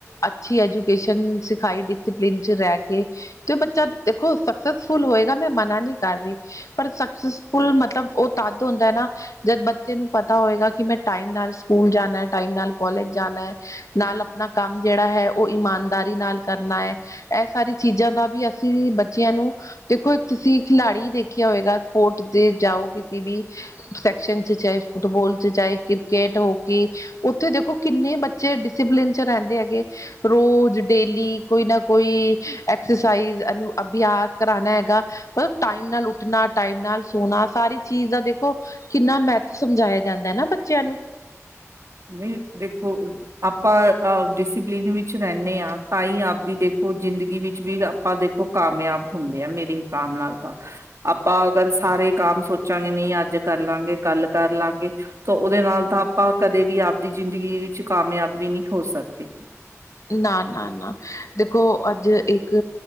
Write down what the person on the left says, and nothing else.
ਅੱਛੀ ਐਜੂਕੇਸ਼ਨ ਸਿਖਾਈ ਡਿਸਿਪਲਿਨ ਚ ਰਹਿ ਕੇ ਤੇ ਬੱਚਾ ਦੇਖੋ ਸਕਸੇਸਫੁਲ ਹੋਏਗਾ, ਮੈਂ ਮਨਾ ਨੀ ਕਰ ਰਹੀ ਪਰ ਸਕਸੈਸਫੁਲ ਮਤਲਬ ਉਹ ਤਦ ਹੁੰਦਾ ਨਾ ਜਦ ਬੱਚੇ ਨੂੰ ਪਤਾ ਹੋਏਗਾ, ਕਿ ਮੈਂ ਟਾਈਮ ਨਾਲ ਸਕੂਲ ਜਾਣਾ ਟਾਈਮ ਨਾਲ ਕੋਲਜ ਜਾਣਾ ਨਾਲ ਆਪਣਾ ਕੰਮ ਜਿਹੜਾ ਹੈ ਉਹ ਇਮਾਨਦਾਰੀ ਨਾਲ ਕਰਨਾ ਹੈ ਇਹ ਸਾਰੀ ਚੀਜ਼ਾਂ ਦਾ ਵੀ ਅਸੀਂ ਬੱਚਿਆਂ ਨੂੰ ਦੇਖੋ ਇੱਕ ਤੁਸੀਂ ਖਿਲਾੜੀ ਦੇਖਿਆ ਦੇਖਿਆ ਹੋਏਗਾ ਸਪੋਰਟ ਦੇ ਜਾਓ ਕਿਤੇ ਵੀ ਸੈਕਸ਼ਨ ਚ ਚਾਹੇ, ਫੁੱਟਬਾਲ ਚ ਚਾਹੇ, ਕ੍ਰਿਕੇਟ ਹੋਕੀ ਉੱਥੇ ਦੇਖੋ ਕਿੰਨੇ ਬੱਚੇ ਡਿਸਿਪਲਿਨ ਚ ਰਹਿੰਦੇ ਹੈਗੇ ਰੋਜ਼ ਡੇਲੀ ਕੋਈ ਨਾ ਕੋਈ ਐਕਸਰਸਾਈਜ਼ ਇਹਨੂੰ ਅਭਿਆਸ ਕਰਾਣਾ ਹੈਗਾ ਉਹ ਟਾਈਮ ਨਾਲ ਉੱਠ ਉੱਠਣਾ ਟਾਈਮ ਨਾਲ ਸੋਣਾ ਸਾਰੀ ਚੀਜ਼ ਦਾ ਦੇਖੋ ਕਿੰਨਾ ਮਹੱਤਵ ਸਮਝਾਇਆ ਜਾਂਦਾ ਹੈ ਨਾ ਬੱਚਿਆਂ ਨੂੰ।
ਨਾ ਨਾ ਨਾ ਦੇਖੋ ਅੱਜ ਇੱਕ